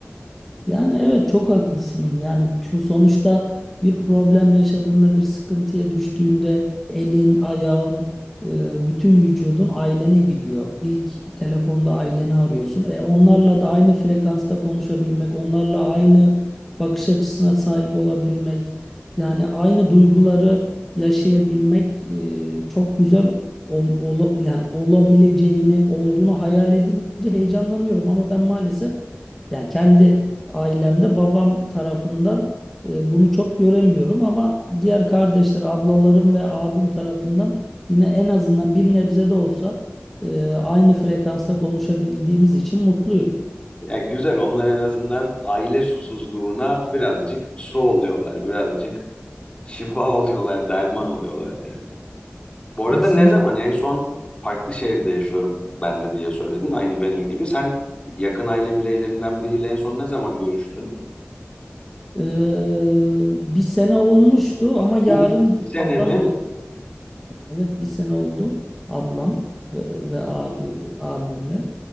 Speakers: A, in the centre; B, on the left (about 25°).
A: Yani evet çok haklısın. Yani ço- sonuçta bir problem yaşadığında, bir sıkıntıya düştüğünde elin, ayağın, e, bütün vücudun ailene gidiyor. İlk telefonda aileni arıyorsun. E, onlarla da aynı frekansta konuşabilmek, onlarla aynı bakış açısına sahip olabilmek, yani aynı duyguları yaşayabilmek e, çok güzel ol- ola- yani olabileceğini, olduğunu hayal edince heyecanlanıyorum ama ben maalesef yani kendi ailemde babam tarafından e, bunu çok göremiyorum ama diğer kardeşler ablalarım ve abim tarafından yine en azından bir nebze de olsa e, aynı frekansta konuşabildiğimiz için mutluyum.
B: Ya güzel onlar en azından aile susuzluğuna birazcık su oluyorlar. Birazcık şifa oluyorlar, derman oluyorlar yani. Bu
A: Kesinlikle.
B: arada ne zaman en son farklı şehirde yaşıyorum ben de diye söyledin. Aynı benim gibi. Sen yakın aile bireylerinden biriyle en son ne zaman görüştün?
A: E, bir sene olmuştu ama yarın
B: Bu bir sene
A: ablam
B: mi?
A: Evet bir sene oldu. Ablam ve, ve abi abimle.